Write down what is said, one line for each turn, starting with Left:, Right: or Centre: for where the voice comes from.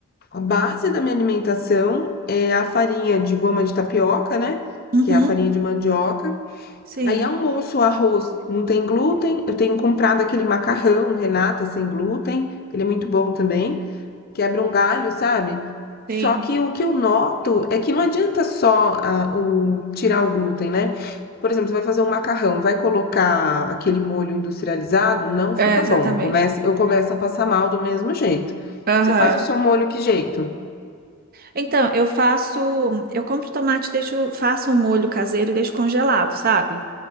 Left: A base da minha alimentação é a farinha de goma de tapioca, né?
Right: Uhum,
Left: Que é a farinha de mandioca.
Right: sim,
Left: Aí almoço, arroz não tem glúten. Eu tenho comprado aquele macarrão Renata sem glúten, ele é muito bom também. Quebra um galho, sabe? Só
Right: sim.
Left: que o que eu noto é que não adianta só ah, o, tirar o glúten, né? Por exemplo, você vai fazer um macarrão, vai colocar aquele molho industrializado, não
Right: É,
Left: fica
Right: exatamente.
Left: bom. Começa, eu começo a passar mal do mesmo jeito.
Right: Aham.
Left: Você faz o seu molho que jeito?
Right: Então, eu faço. Eu compro tomate, deixo, faço um molho caseiro e deixo congelado, sabe?